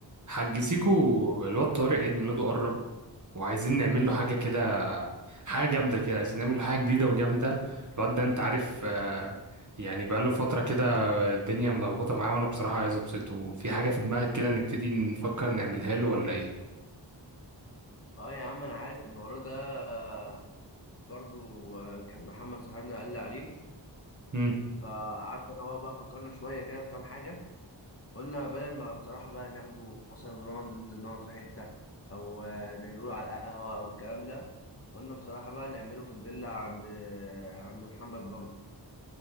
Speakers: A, on the right; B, on the left.
A: حاج سيكو الواد طارق عيد ميلاده قرب وعايزين نعمل له حاجة كده حاجة جامدة كده عايزين نعمل له حاجة جديدة وجامدة الواد ده انت عارف آه، يعني بقاله فترة كده الدنيا ملخبطة معاه وانا بصراحة عايز ابسطه في حاجة في دماغك كده نبتدي نفكر نعملها له ولا ايه؟
B: اه يا عم انا عارف الموضوع ده آه، برضو آه، كان محمد صاحبنا قال لي عليه
A: مم.
B: فقعدت انا هو بقى فكرنا شويه كده في كام حاجه قلنا بدل ما بصراحه بقى ناخده مثلا نقعد ننزل نقعد في حته او آه، نعمله له على القهوه او الكلام ده قلنا بصراحه بقى نعمله في الفيلا عند آه، عند محمد برضو